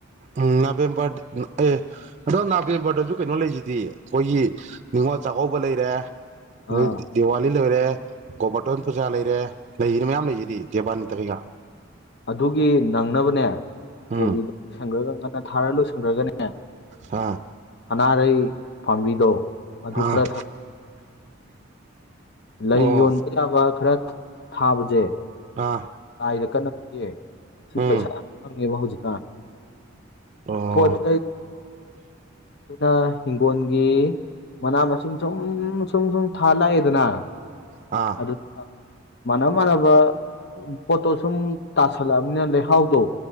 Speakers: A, on the right (about 35°); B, on the left (about 60°).
A: ꯎꯝ ꯅꯕꯦꯝꯕꯔ ꯑꯦ ꯑꯗꯣ ꯅꯕꯦꯝꯕꯔꯗꯁꯨ ꯀꯩꯅꯣ ꯂꯩꯁꯤꯗꯤ ꯑꯩꯈꯣꯏꯒꯤ ꯅꯤꯡꯅꯤꯉꯣꯜ ꯆꯥꯛꯀꯧꯕ ꯂꯩꯔꯦ ꯑꯗꯩꯗꯤ
B: ꯑꯥ
A: ꯗꯤꯋꯥꯂꯤ ꯂꯣꯏꯔꯦ ꯒꯣꯕꯔꯇꯣꯟ ꯄꯨꯖꯥ ꯂꯩꯔꯦ ꯂꯩꯔꯤꯅ ꯃꯌꯥꯝ ꯂꯩꯁꯤꯗꯤ ꯗꯦꯕꯥꯅꯤꯇ ꯀꯩꯀꯥ
B: ꯑꯗꯨꯒꯤ ꯅꯪꯅꯕꯅꯦ
A: ꯎꯝ
B: ꯀꯣꯕꯤꯗ ꯂꯣꯏꯁꯟꯈ꯭ꯔꯒ ꯉꯟꯅ ꯊꯥꯔ ꯂꯣꯏꯁꯟꯈ꯭ꯔꯒꯅꯦ꯫
A: ꯍꯥꯥ꯫
B: ꯁꯅꯥꯔꯩ ꯄꯥꯝꯕꯤꯗꯣ ꯑꯗꯨ
A: ꯑꯥ
B: ꯈꯔ ꯊ ꯂꯩ
A: ꯑꯣ
B: ꯌꯣꯟꯕ ꯌꯥꯕ ꯈꯔ ꯊꯥꯕꯁꯦ꯫
A: ꯑꯥ꯫
B: ꯂꯥꯏꯗ ꯀꯠꯅꯕꯁꯤ
A: ꯎꯝ
B: ꯄꯩꯁꯥ ꯌꯥꯝ ꯐꯪꯉꯦꯕ ꯍꯧꯖꯤꯛꯀꯥꯟ
A: ꯑꯣ
B: ꯄꯣꯠ ꯆꯩ ꯑꯩꯈꯅ ꯏꯤꯡꯒꯣꯜꯒꯤ꯫ ꯃꯅꯥ ꯃꯁꯤꯡ ꯁꯨꯝ ꯁꯨꯝ ꯁꯨꯝ ꯊꯥꯜꯂꯛꯑꯦꯗꯅ꯫
A: ꯑꯥ꯫
B: ꯑꯗꯨ ꯃꯥꯟꯅꯕ ꯃꯥꯟꯅꯕ꯫ ꯄꯣꯠꯇꯣ ꯁꯨꯝ ꯇꯥꯁꯜꯂꯛꯑꯕꯅꯤꯅ ꯂꯩꯍꯥꯎꯗꯣ